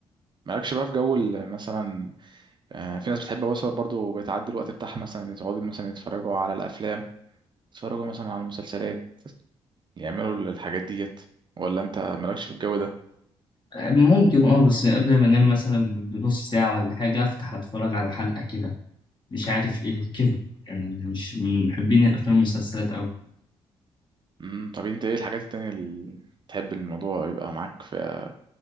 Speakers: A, on the right; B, on the left.
A: مالكش بقى في جو ال- مثلا آه، في ناس بتحب مثلا برضو بتعدي الوقت بتاعها مثلا إن يقعدوا مثلا يتفرجوا على الافلام يتفرجوا مثلا على المسلسلات يعملوا ال- الحاجات ديت ولا انت مالكش في الجو ده
B: آه، ممكن اه بس قبل ما انام مثلا بنص ساعة ولا حاجة افتح اتفرج على حلقة كده مش عارف ايه كده يعني مش من محبين الافلام والمسلسلات اوي
A: امم طب انت ايه الحاجات التانية اللي تحب الموضوع يبقى معاك في